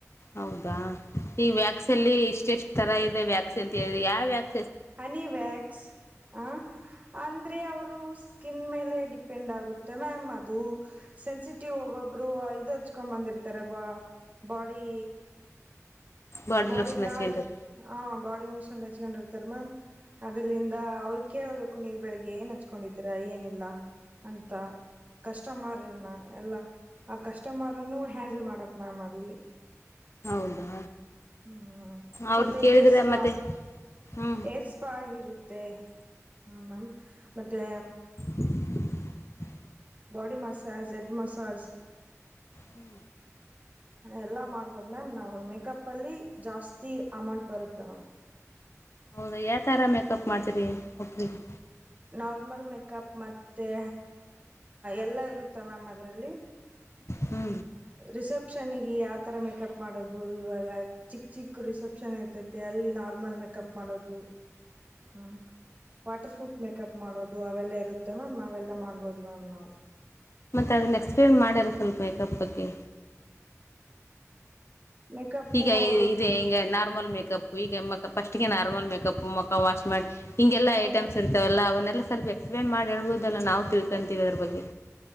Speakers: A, on the left; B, on the right.
A: ಹೌದಾ ಈ ವ್ಯಾಕ್ಸಿನ್ಲ್ಲಿ ಇಷ್ಟ ಎಷ್ಟು ತರ ಇದೆ ವ್ಯಾಕ್ಸಿನ್ ಅಂತ ಹೇಳಿದ್ರಿ ಯಾವ ವ್ಯಾಕ್
B: ಅನಿವ್ಯಾಕ್ಸ್ ಅ ಅಂದ್ರೆ ಅವ್ರು ಸ್ಕಿನ್ ಮೇಲೆ ಡಿಪೆಂಡ್ ಆಗುತ್ತೆ ಮ್ಯಾಮ್ ಅದು ಸೆನ್ಸಿಟಿವ್ ಒಬೊಬ್ರು ಇದು ಹಚ್ಕೊಂಡ್ ಬಂದ್ರೆ ಇತರ ಬಾಡಿ
A: ಬಾಡಿ
B: ಬಾಡಿಲಿ
A: ಲೋಷನ್ ಹಚ್ಕೊಂಡ್ರೆ
B: ಆಿಲ್ ಹ ಬಾಡಿ ಮೋಷನ್ ಹೆಚ್ಕೊಂಡ್ಿರ್ತಾರೆ ಮ್ಯಾಮ್ ಅದ್ರಲ್ಲಿಂದ ಅವ್ರ ಕೇೇಳಬೇಕು ನೀವು ಬೆಳಿಗ್ಗೆ ಏನ್ ಹಚ್ಕೊಂಡಿದೀರ ಏನಿಲ್ಲ ಅಂತ ಕಸ್ಟಮರ್ ನ ಎಲ್ಲಾ ಆ ಕಸ್ಟಮರ್ನ್ನು ಹ್ಯಾಂಡಲ್ ಮಾಡಕ್ ಮ್ಯಾಮ್ ಅಲ್ಲಿ
A: ಹೌದಾ
B: ಹೂ
A: ಅವ್ರನ್ನ
B: ಮತ್ತೆ
A: ಕೇಳಿದ್ರೆ
B: ಹೇರ್ ಸ್ಪಾ
A: ಮತ್ತೆ ಹ್ಞೂ
B: ಏರ್ ಸ್ಪಾ ಇರುತ್ತೆ ಹ ಮ್ಯಾಮ್ ಮತ್ತೆ
A: ಹ
B: ಬಾಡಿ ಮಸಾಜ್ ಹೆಡ್ ಮಸಾಜ್
A: ಹೂ
B: ಎಲ್ಲ ಮಾಡ್ಬೋದು ಮ್ಯಾಮ್ ನಾವು ಮೇಕಪ್ ಅಲ್ಲಿ ಜಾಸ್ತಿ ಅಮೌಂಟ್ ಬರುತ್ತೆ ಮ್ಯಾಮ್
A: ಹೌದ ಯಾವ ತರ ಮೇಕಪ್ ಮಾಡ್ತರಿ ಒಬ್ರಿಗೆ
B: ನಾರ್ಮಲ್ ಮೇಕಪ್ ಮತ್ತೆ ಎಲ್ಲ ಇರುತ್ತ ಮ್ಯಾಮ್ ಅದರಲ್ಲಿ
A: ಹ್ಞೂ
B: ರಿಸೆಪ್ಷನ್ಗೆ ಯಾವತರ ಮೇಕಪ್ ಮಾಡೋದು ಇವಾಗ ಚಿಕ್ಕ ಚಿಕ್ಕ ರಿಸೆಪ್ಷನ್ ಇರ್ತೈತೆ ಅಲ್ಲಿ ನಾರ್ಮಲ್ ಮೇಕಪ್ ಮಾಡೋದು ಹ ವಾಟರ್ ಪ್ರೂಫ್ ಮೇಕಪ್ ಮಾಡೋದು ಅವೆಲ್ಲ ಇರುತ್ತೆ ಮ್ಯಾಮ್ ಅವೆಲ್ಲ ಮಾಡ್ಬೋದು ಮ್ಯಾಮ್ ನಾವು
A: ಮತ್ತೆ ಅದನ್ನ ಎಕ್ಸ್ಪೀರಿಯೆಂಟ್ ಮಾಡ್ಯಲ್ಲ ಸ್ವಲ್ಪ ಮೇಕಪ್ ಬಗ್ಗೆ
B: ಮೇಕಪ್ಪು
A: ಈಗ
B: ಅವರು
A: ಇದು ಹಿಂಗ ನಾರ್ಮಲ್ ಮೇಕಕ್ ಮೇಕಪ್ ಈಗ ಫಸ್ಟ್ಗೆ ನಾರ್ಮಲ್ ಮೇಕಪ್ ಮ ಮುಕ್ಕ ವಾಶ್ ಮಾಡಿ ಹಿಗೆಲ್ಲಾ
B: ಹ್ಞೂ
A: ಐಟಮ್ಸ್ ಇರ್ತವೆಲ್ಲ ಅವನ್ನಲ್ಲ ಸ್ವಲ್ಪ ಎಕ್ಸ್ಪ್ಲೇನ್ ಮಾಡಿ ಹೇಳ್ಬೋುದಲ್ಲ ನಾ ತಿಳ್ಕೊಂತೀವಿ ಅದ್ರ ಬಗ್ಗೆ